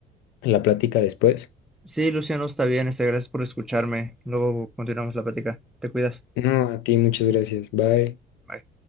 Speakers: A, on the left; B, in the centre.
A: la plática después?
B: Sí, Luciano, está bien, este, gracias por escucharme. Luego continuamos la plática. Te cuidas.
A: No, a ti muchas gracias. Bye.
B: Bye.